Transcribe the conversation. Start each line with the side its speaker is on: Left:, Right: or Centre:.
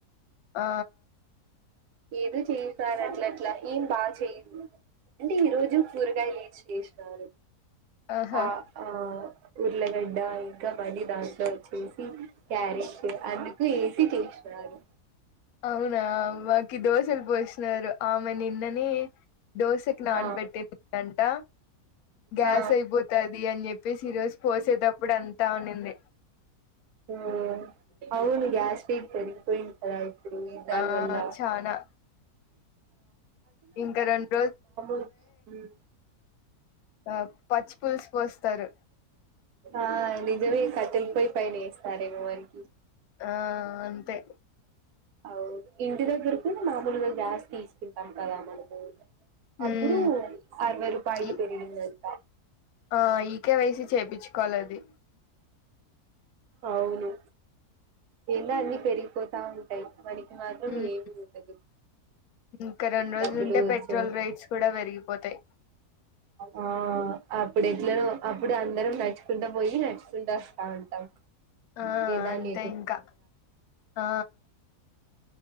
Left: ఆ
Right: ఏదో చేసారు అట్ల అట్లా ఏం బాగా చెయ్యదు అంటే ఈ రోజు కూరగాయ లేచి చేసినారు
Left: ఆహా
Right: ఆ ఆ ఉర్లగడ్డ ఇంకా మల్లి దాంట్లో వచ్చేసి క్యారెట్ అందుకు వేసి చేసి రాను
Left: అవునా మకి దోసలు పోసినారు ఆమె నిన్నని దోశకి నానబెట్టిందింట
Right: ఆ
Left: గ్యాస్
Right: ఆ
Left: అయిపోతది అని చెప్పి ప్పేసి ఈ రోజు పోసేటప్పుడు అంతా ఉనింది
Right: ఆ అవును గ్యాస్ పిక్తది పోయింది కదా ఇప్పుడు ఇందాని
Left: ఆ
Right: వల్ల
Left: చానా ఇంకా రెండు
Right: <inaudible>
Left: ఆ పచ్చి పులుసు పోస్తారు
Right: ఆ నిజమే కట్టెలపోయి పైన ఇస్తారేమో వానికి
Left: ఆ అంతే
Right: అవు ఇంటి దగ్గర కూడా మామూలుగా గ్యాస్ తీసుకుంటాం కదా మనము
Left: ఉమ్
Right: అప్పుడు అరవై రూపాయలు
Left: ఈ-
Right: పెరిగిందంత
Left: ఆ ఈకే వైసీ చేపీచుకోవాలి అది
Right: అవును ఏందో అన్ని పెరిగిపోతా ఉంటాయి. మని మాత్రం
Left: ఉమ్,
Right: ఏవి ఉండదు
Left: ఇంకా రెండు రోజులుంటే
Right: డబ్బులు వచ్చే
Left: పెట్రోల్ రేట్స్ కూడా పెరిగిపోతాయి
Right: ఆ అప్పుడు ఎట్లనో అప్పుడు అందరం నడుచుకుంటూ పోయి నడుచుకుంటూ వస్తా ఉంటాం
Left: ఆ
Right: ఏదాని
Left: అంతే ఇంకా ఆ